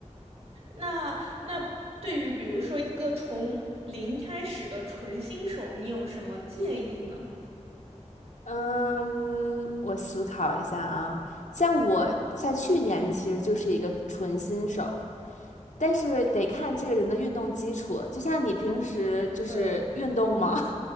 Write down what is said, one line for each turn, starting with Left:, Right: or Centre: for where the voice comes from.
Right: 那那对于比如说一个从零开始的纯新手，你有什么建议呢？
Left: 嗯，我思考一下啊。像我在去年其实就是一个纯新手，但是得看这个人的运动基础。就像你平时就是运动吗？
Right: 对